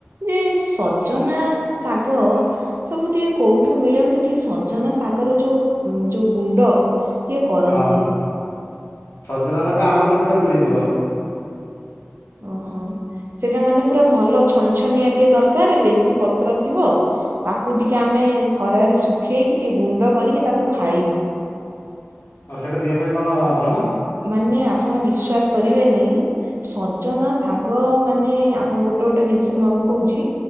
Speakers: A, on the right; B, on the left.
A: ଏ ସଜନା ଶାଗ ସବୁ ଟିକେ କୋଉଠୁ ମିଳନ୍ତି ଟିକେ ସଜନା ସାଗର ଯୋଉ ଯୋଉ ଗୁଣ୍ଡ ଟିକେ କରନ୍ତି।
B: ହଁ ସଜନା ଶାଗ ଆମର ସେପଟେ ମିଳିଯିବ।
A: ଓହୋ। ସେଇଟା ମାନେ ପୁରା ଭଲ ଛନଛନିଆ ଟିକେ ଦରକାର ବେଶୀ ପତ୍ର ଥିବ। ତାକୁ ଟିକେ ଆମେ ଖରାରେ ଶୁଖେଇକି ଟିକେ ଗୁଣ୍ଡ କରିକି ତାକୁ ଖାଇବୁ।
B: ହଁ ସେଇଟା ଦେହ ପାଇଁ କଣ ଭଲ?
A: ମାନେ ଆପଣ ବିଶ୍ଵାସ କରିବେନି ସଜନା ଶାଗମାନେ ଆପଣଙ୍କୁ ଗୋଟେ ଗୋଟେ ଜିନିଷ ମୁଁ ଆପଣଙ୍କୁ କହୁଛି।